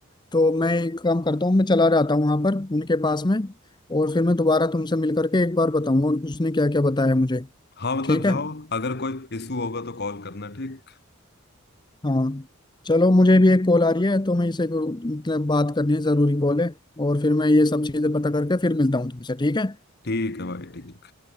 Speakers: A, on the left; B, on the left.
A: तो मैं एक काम करता हूँ मैं चला जाता हूँ वहां पर उनके पास में और फिर मैं दोबारा तुमसे मिल करके एक बार बताऊंगा उसने क्या क्या बताया मुझे
B: हाँ मतलब
A: ठीक
B: जाओ
A: है
B: अगर कोई इशू होगा तो कॉल करना ठीक
A: हाँ चलो मुझे भी एक कॉल आ रही है तो मैं इसे को- मतलब बात करनी है ज़रूरी कॉल है और फिर मैं ये सब चीज़ें पता करके फिर मिलता हूँ तुमसे ठीक है
B: ठीक है भाई ठीक